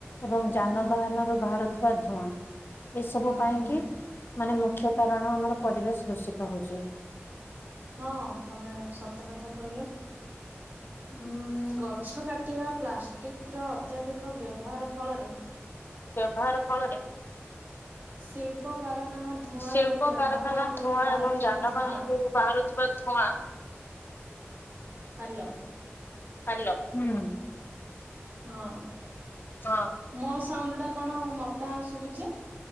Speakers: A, on the left; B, on the right.
A: ଏବଂ ଯାନବାହାନରୁ
B: ହୁଁ
A: ବାହାରୁଥିବା ଧୂଆଁ। ଏସବୁ
B: ହୁଁ
A: ପାଇଁ
B: ହୁଁ ହୁଁ
A: କି ମାନେ ମୁଖ୍ ମୁଖ୍ୟ କାରଣ ଆମର ପରିବେଶ ଦୂଷିତ ହେଉଛି
B: ହଁ ତମେ ସତ କଥା କହିଲ। ଉଁ ଗଛ କାଟିବା ପ୍ଲାଷ୍ଟିକ ର ଅତ୍ୟାଧିକ କ ବ୍ୟବହାର ଫଳରେ
A: ବାହାର ଫଳରେ?
B: ଶିଳ୍ପ କାରଖାନା ଧୂଆଁ
A: ଶିଳ୍ପ
B: ଏବଂ ଯାନବାହାନରୁ
A: କାରଖାନା ଧୂଆଁ
B: ବାହାରୁଥିବା
A: ଏବଂ ଯାନବାହାନରୁ
B: ଧୂଆଁ
A: ବାହାରୁଥିବା ଧୂଆଁ
B: ହଲୋ।
A: ହ୍ୟାଲ ହୁଁ।
B: ହଁ
A: ହଁ
B: ମୋ ସାଉଣ୍ଡ ଟା କଣ ମତେ ଆ ସୁଭୁଛି?